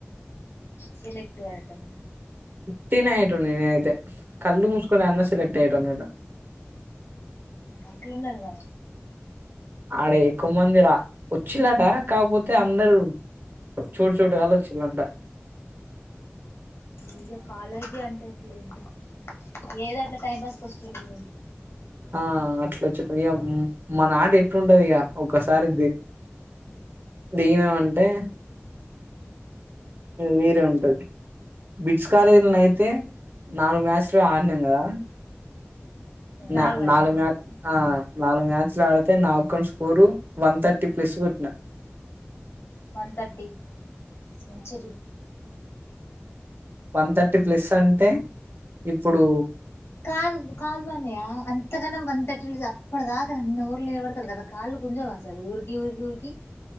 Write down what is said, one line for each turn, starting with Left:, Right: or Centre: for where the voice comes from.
Left: సెలెక్ట్వయతన
Right: తటీ ఇయితే కళ్ళు మూసుకుని అన్న సెలెక్ట్ అయినాడు
Left: అట్లున్నవా
Right: ఆడ ఎక్కువ మంది రా వచ్చిలాట కాకపోతే అందరుూ చోటు చోటుగాల వచ్చిళంట
Left: ఇ కాలేజీ అంటే ఎట్లే ఉంటా ఏదో అట్లా టైం పాస్ ఒకస్లుడి
Right: ఆ అట్లా వచ్చేట ఇక మన నాట ఎట్లుంటది ఇక ఒసారి దీన అంటే వేరే ఉంటది బిడ్స్ కాలేజీలో అయితే నాలుగు మ్యాచ్లు ఆడినాం కదా
Left: నాలుగన్నా
Right: న నాలుగు మ ఆ నాలుగు మ్యాచ్లు ఆడితే నా ఒక్క స్కోరు వన్ థర్టీ ప్లస్ పట్టిన
Left: one ర్టీ century
Right: one thirty plus అంటే ఇప్పుడు
Left: కాదు కాలు బంయ అంతకనం వంతట్ అప్పటి దాకా అన్ని ఊర్లు నిలబడతారు కదా కాళ్ళు కొంచెం అసలు ఊరికి ఊరికి ఊరికి